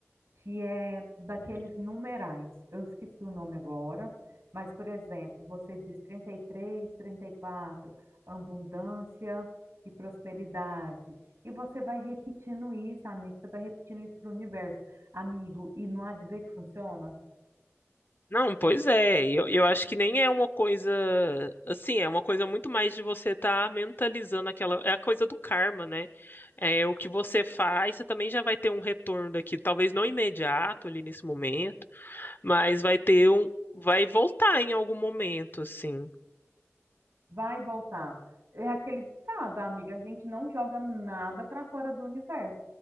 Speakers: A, on the right (about 65°); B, on the left (about 45°).
A: que é daqueles numerais. Eu esqueci o nome agora, mas, por exemplo, você diz trinta trinta e três, trinta e quatro, abundância e prosperidade. E você vai repetindo isso, amigo, você vai repetindo isso para o universo. Amigo, e não há de ver que funciona?
B: Não, pois é. Eu, eu acho que nem é uma coisa assim, é uma coisa muito mais de você estar mentalizando aquela. É a coisa do karma, né? É o que você faz, você também já vai ter um retorno daquilo. Talvez não imediato ali nesse momento, mas vai ter um. Vai voltar em algum momento, assim.
A: Vai voltar. É aquele ditado, amiga, a gente não joga nada para fora do universo.